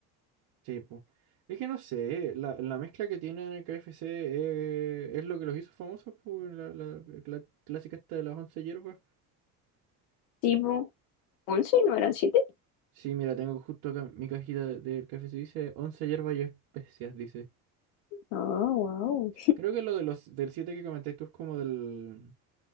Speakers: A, on the right; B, on the left.
A: Sí, po. Es que no sé, la, la mezcla que tiene el KFC eh, es lo que los hizo famosos, po, weón, la, la, la clásica esta de las 11 hierbas.
B: tipo once ¿no eran siete
A: Sí, mira, tengo justo acá mi cajita del KFC, dice 11 hierbas y especias, dice.
B: Ah, wow.
A: Creo que lo de los, del 7 que comentáis tú es como del...